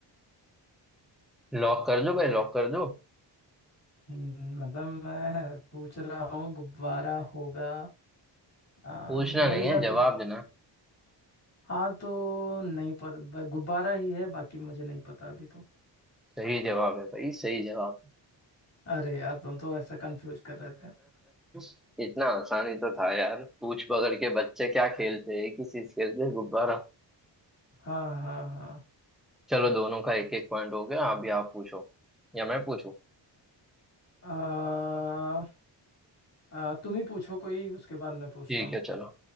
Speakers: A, in the centre; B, on the left (about 35°).
A: लॉक कर दो भाई लॉक कर दो
B: हम्म, मतलब मैं पूछ रहा हूँ गुब्बारा होगा आ,
A: पूछना
B: मेरे
A: नहीं
B: हिसाब
A: है जवाब
B: से
A: देना
B: हाँ तो नहीं पता ब- गुब्बारा ही है बाकी मुझे नहीं पता अभी तो
A: सही जवाब है भाई सही जवाब है
B: अरे यार तुम तो ऐसा कंफ्यूज कर रहे थे
A: <laughs> इतना आसानी तो था यार पूछ पकड़ के बच्चे क्या खेलते हैं किस चीज खेलते हैं गुब्बारा
B: हाँ हाँ हाँ
A: चलो दोनों का एक एक पॉइंट हो गया अभी आप पूछो या मैं पूछूं
B: आ, आ, तुम ही पूछो कोई उसके बाद मैं पूछता
A: ठीक
B: हूँ
A: है चलो